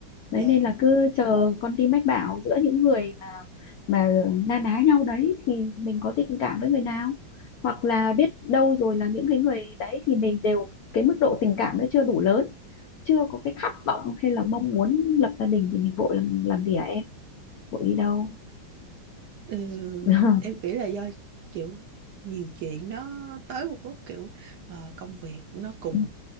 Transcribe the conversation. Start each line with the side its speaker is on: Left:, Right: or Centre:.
Right: dạ
Left: đấy nên
Right: yeah.
Left: là cứ chờ con tim mách bảo giữa những người mà mà na ná nhau đấy thì mình có tình cảm với người nào hoặc là biết đâu rồi là những cái người đấy thì mình đều cái mức độ tình cảm nó chưa đủ lớn chưa có cái khát vọng hay là mong muốn lập gia đình thì mình vội làm làm gì hả em vội đi đâu
Right: Ừ,
Left: <laughs>
Right: em nghĩ là do kiểu nhiều chuyện nó tới một lúc kiểu ờ, công việc nó cũng
Left: Ừ,